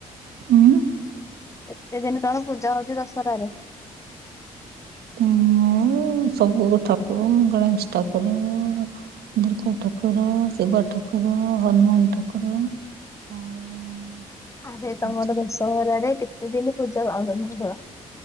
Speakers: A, on the right (about 65°); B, on the left (about 15°).
A: ଆଉ
B: କେତେ ଦିନ ତମ ପୂଜା ହଉଛି ଦଶରା ରେ?
A: ଆଉ ସବୁ ଠାକୁର ଗଣେଶ ଠାକୁର। ଦୁର୍ଗା ଠାକୁର, ଶିବ ଠାକୁର, ହନୁମାନ ଠାକୁର। ଆଉ
B: ଆରେ ତମର
A: ସବୁ
B: ଦଶହରାରେ କେତେ ଦିନ ପୂଜା ପାଉଛନ୍ତି ଠାକୁର?